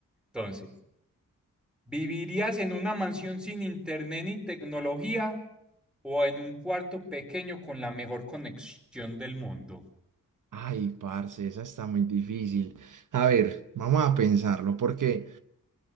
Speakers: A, in the centre; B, on the right.
A: Entonces, ¿vivirías en una mansión sin internet ni tecnología o en un cuarto pequeño con la mejor conexión del mundo?
B: Ay, parce, esa está muy difícil. A ver, vamos a pensarlo porque...